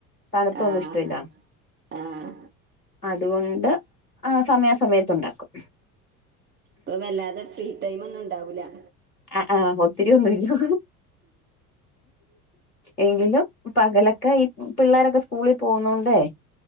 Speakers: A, on the left; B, on the right.
A: തണുത്തൊന്നും
B: ആഹ്
A: ഇഷ്ടല്ല
B: ആഹ്
A: അതുകൊണ്ട് ആ സമയാസമയത്ത് ഉണ്ടാക്കും
B: പ്പൊ വല്ലാതെ ഫ്രീ ടൈം ഒന്നും ണ്ടാവുലാ
A: ആ ഒത്തിരിയൊന്നുല്ല എങ്കിലും പകലൊക്കെ ഈ പിള്ളോരൊക്കെ സ്കൂളി പോഉന്നോണ്ടേ